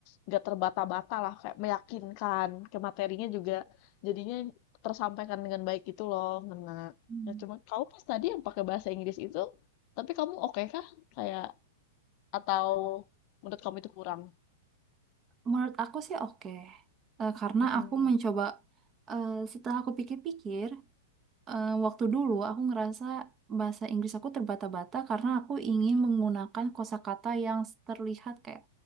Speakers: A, on the left; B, on the right.
A: nggak terbata-bata lah, kayak meyakinkan. Ke materinya juga jadinya tersampaikan dengan baik gitu loh, Ngena.
B: Hmm.
A: Ya cuma kamu pas tadi yang pakai bahasa Inggris itu, tapi kamu oke kah? Kayak atau menurut kamu itu kurang?
B: Menurut aku sih oke, Eh, karena
A: Mm-mm.
B: aku mencoba eh, setelah aku pikir-pikir. Eh, waktu dulu aku ngerasa bahasa Inggris aku terbata-bata karena aku ingin menggunakan kosakata yang terlihat kayak,